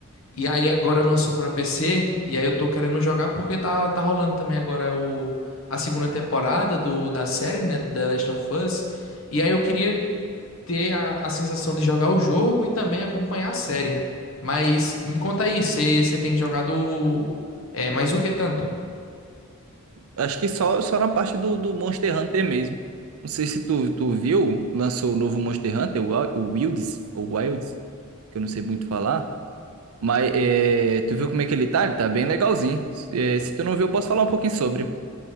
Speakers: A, on the left (about 70°); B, on the right (about 80°).
A: E aí agora lançou pra PC, e aí eu tô querendo jogar porque tá, tá rolando também agora o, a segunda temporada do, da série, né, do The Last of Us. E aí eu queria ter a, a sensação de jogar o jogo e também acompanhar a série. Mas me conta aí, você tem jogado é, mais o que tanto?
B: acho que só, só na parte do, do Monster Hunter mesmo. Não sei se tu, tu viu, lançou o novo Monster Hunter, o Wa- o Wilds, ou Wilds, que eu não sei muito falar. Mas é, tu viu como é que ele tá? Ele tá bem legalzinho. Se, é, se tu não viu, eu posso falar um pouquinho sobre.